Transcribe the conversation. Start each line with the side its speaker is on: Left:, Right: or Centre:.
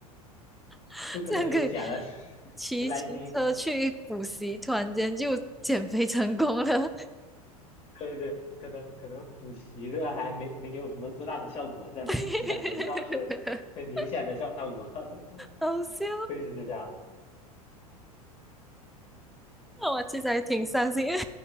Centre: <laughs>
Left: 就可能有减了十十来斤，
Centre: 这样可以骑骑车去补习，突然间就减肥成功了，
Left: 对对，可能可能补习的还没没有什么多大的效果，但是减肥倒是很明显的效果，
Centre: <laughs> 好笑。
Left: <laughs> 会是这样，
Centre: <laughs> 那我其实还挺伤心，因为